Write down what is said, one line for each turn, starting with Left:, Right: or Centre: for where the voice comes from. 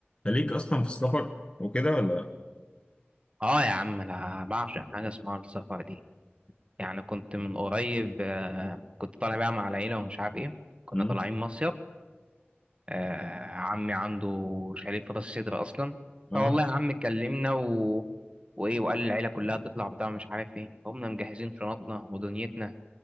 Left: خليك اصلا في السفر وكده ولا لا
Right: اه يا عم انا بعشق حاجه اسمها السفر دي يعني كنت من قريب آه، كنت طالع بقى مع العيله ومش عارف ايه كنا
Left: مم؟
Right: طالعين مصيف آه، عمي عنده شاليه في راس سدر اصلا
Left: اه
Right: فوالله يا عم كلمنا و... وايه وقال العيله كلها تطلع بتاع مش عارف ايه قمنا مجهزين شنطنا ودنيتنا